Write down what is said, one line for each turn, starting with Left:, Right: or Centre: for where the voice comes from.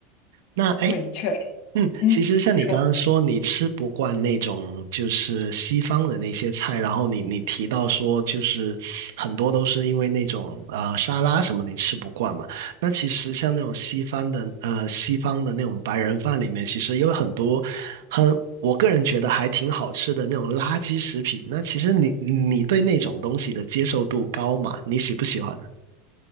Right: 那哎，
Left: 对，
Right: 诶
Left: 确实，
Right: 嗯，
Left: 嗯，
Right: 其实像你刚刚说，
Left: 你说。
Right: 你吃不惯那种就是西方的那些菜，然后你你提到说，就是很多都是因为那种呃沙拉什么你吃不惯嘛。那其实像那种西方的呃西方的那种白人饭里面，其实有很多很我个人觉得还挺好吃的那种垃圾食品。那其实你你对那种东西的接受度高嘛？你喜不喜欢？